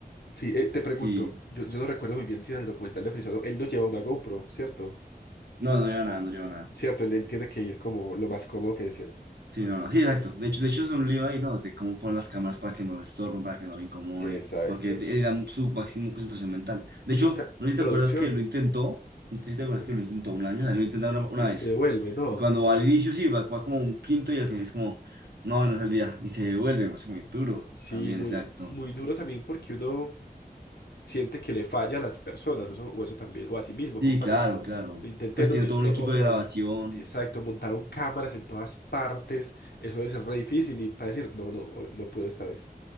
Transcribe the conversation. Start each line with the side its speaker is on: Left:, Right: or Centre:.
Left: sí, eh, te pregunto,
Right: sí,
Left: yo, yo no recuerdo muy bien si en el documental de Frisolo él no lleva una GoPro, ¿cierto?
Right: no, no lleva nada, no lleva nada.
Left: Cierto, él, él tiene que ir como lo más cómodo que decían.
Right: Sí, no, no, sí, exacto. De hecho, de hecho es un lío ahí, ¿no? De cómo poner las cámaras para que no le estorben, para que no le incomode,
Left: Exacto.
Right: porque te- era su máximo concentración mental. De
Left: Y
Right: hecho,
Left: mucha
Right: no sé si
Left: producción.
Right: te acuerdas que lo intentó, no sé si te acuerdas que lo intentó un año, o sea, lo intentó una, una
Left: Y
Right: vez.
Left: se devuelve, ¿no?
Right: Y cuando va al inicio, sí, va, va como
Left: Sí.
Right: un quinto y al final es como, no, no es el día. Y se devuelve, me parece muy duro.
Left: Sí,
Right: También,
Left: muy,
Right: exacto.
Left: muy duro también porque uno siente que le falla a las personas, o eso, o eso también, o a sí mismo,
Right: Sí,
Left: como parce,
Right: claro,
Left: no,
Right: claro.
Left: lo intenté,
Right: Pues
Left: no
Right: tiene
Left: necesito
Right: todo un equipo
Left: otro
Right: de grabación.
Left: año. Exacto, montaron cámaras en todas partes, eso debe ser re difícil y para decir, no, no, hoy no puedo esta vez.